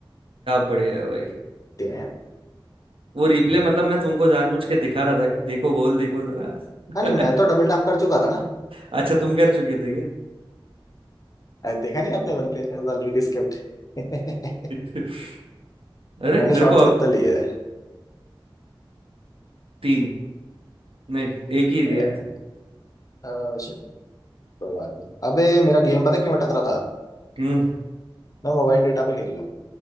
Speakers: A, on the right; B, on the left.
A: बढ़िया है भाई
B: डैम
A: वो रिप्ले मतलब मैं तुमको जानबूझ के दिखा रहा था कि देखो गोल देखो जरा <laughs>
B: हाँ नहीं मैं तो डबल टैप कर चुका था ना
A: अच्छा तुम कर चुके थे क्या
B: अरे, देखा नहीं आपने वन पे ऑलरेडी स्किप्ड <laughs>
A: <laughs> अरे
B: मैंने
A: मेरे
B: शॉर्ट्स
A: को अब
B: कितना लिया
A: तीन नहीं एक ही लिया
B: है
A: है
B: अ, चलो कोई बात नहीं अबे मेरा गेम पता है क्यों अटक रहा था
A: हम्म
B: मैं मोबाइल डेटा पे खेल रहा हूँ